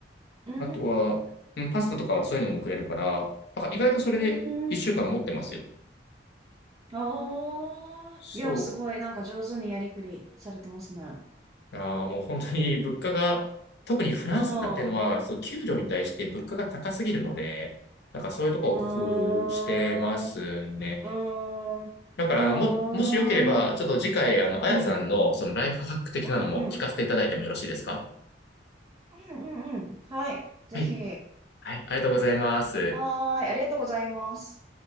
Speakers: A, on the right; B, on the left.
A: うん。
B: あとは、うん、パスタとかそういうのもくれるから、だから意外とそれで1週間持ってますよ。
A: うーん。ああ。
B: そ
A: いや、すごい。なんか上手にやりくりされてますね。
B: う。ああ、もう本当に物価が、特にフランスなんてのは、
A: うん。う
B: その給料に対して物価が高すぎるので、なんかそういうとこを工
A: ーん。
B: 夫してますね。
A: うーん。うーん。
B: だから、も、もしよければ、
A: うん。
B: ちょっと次回、あの、あやさんのそのライフハック的なのも聞かせていただいてもよろしいですか
A: うん。うん。うん。うん。うんはい。ぜひ。
B: はい。はい。ありがとうございます。
A: はーい。ありがとうございます。